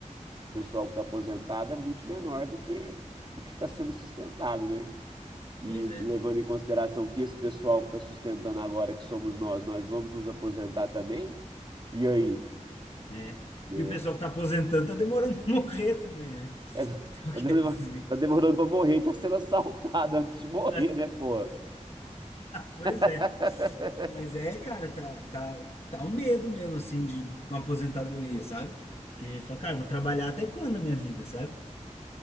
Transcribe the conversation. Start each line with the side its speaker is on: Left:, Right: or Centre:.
Right: o pessoal que tá aposentado é muito menor do que o que está sendo sustentado, né? E
Left: pois é.
Right: levando em consideração que esse pessoal que está sustentando agora, que somos nós, nós vamos nos aposentar também? E aí?
Left: Né?
Right: né?
Left: E o pessoal que tá aposentando tá demorando <laughs> a morrer também, né?
Right: É,
Left: Então
Right: tá
Left: quer
Right: demorando,
Left: dizer.
Right: tá demorando para morrer e tá sendo assaltado antes de morrer,
Left: <laughs>
Right: né, pô?
Left: Pois
Right: <laughs>
Left: é. Mas é, cara, tá, tá, tá um medo mesmo, assim, de com a aposentadoria, sabe? Porque fala, cara, vou trabalhar até quando na minha vida, sabe?